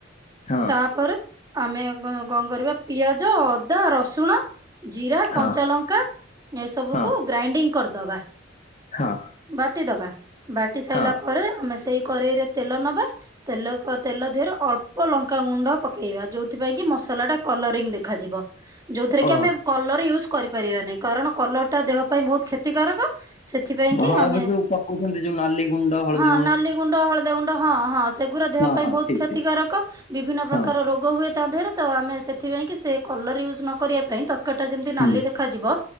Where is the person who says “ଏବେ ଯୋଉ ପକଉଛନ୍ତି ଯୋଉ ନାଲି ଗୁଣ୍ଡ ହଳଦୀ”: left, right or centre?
Left